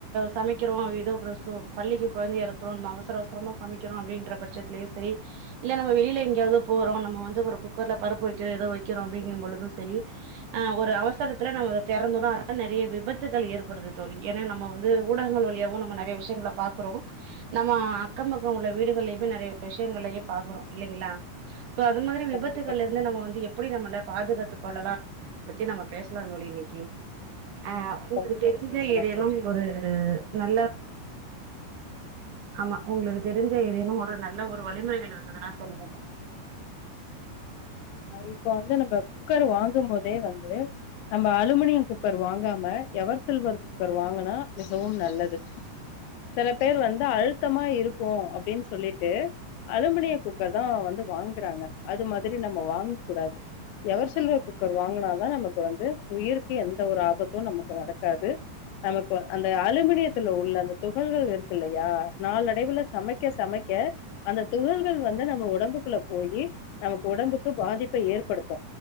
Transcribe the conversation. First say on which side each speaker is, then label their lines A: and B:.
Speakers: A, on the right; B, on the left.
A: சமைக்கிறோ ஏதோ ஒரு பள்ளிக்கு குழந்தைய அனுப்புறோ நம் அவசர அவசரமா சமைக்கிறோ அப்படின்ற பட்சத்துலயே சரி இல்ல நம்ம வெளில எங்கேயாவது போறோ நம்ம வந்து ஒரு குக்கர்ல பருப்பு வைக்கிறோ ஏதோ வைக்கிறோ அப்படிங்கும் பொழுது சரி அ ஒரு அவசரத்துல நம்ம திறந்துரோ நிறைய விபத்துகள் ஏற்படுது தோழி ஏன்னா நம்ம வந்து ஊடகங்கள் வழியாவு நம்ம நிறைய விஷயங்க பாக்குறோ நம்ம அக்கம் பக்கம் உள்ள வீடுகள்லையுமே நிறைய விஷயங்களலையே பாக்குறோ இல்லைங்களா சோ அது மாரி விபத்துகள்
B: கண்டிப்பாக
A: இருந்து நம் வந்து எப் அப்படி நம்மள பாதுகாத்துக் கொள்ளலா பத்தி நம்ம பேசலா தோழி இன்னைக்கு அ உங்களுக்கு
B: கண்டிப்பாக
A: தெரிசுதா
B: பேசலாம்
A: ஏதேனு
B: தோழி
A: ஒரு நல்ல ஆமா உங்களுக்கு தெரிஞ்ச ஏதேனு ஒரு நல்ல ஒரு வழிமுறைகள் இருந்ததுனா சொல்லுங்க
B: இப்போ வந்து நம்ம குக்கர் வாங்கும் போதே வந்து நம்ம அலுமினியம் குக்கர் வாங்காம எவர்சில்வர் குக்கர் வாங்கினா மிகவும் நல்லது சில பேர் வந்து அழுத்தமா இருக்கு அப்படின்னு சொல்லிட்டு அலுமினியம் குக்கர் தா வந்து வாங்குறாங்க அது மாதிரி நம்ம வாங்க கூடாது எவர் சில்வர் குக்கர் வாங்கினாதா நமக்கு வந்து உயிருக்கு எந்த ஒரு ஆபத்து நமக்கு நடக்காது நமக்கு அந்த அலுமினியத்துல உள்ள அந்த துகள்கள் இருக்கு இல்லையா நாளடைவுல சமைக்க சமைக்க அந்த துகள்கள் வந்து நம்ம உடம்புக்குள்ள போய் நமக்கு உடம்புக்கு பாதிப் ப ஏற்படுத்து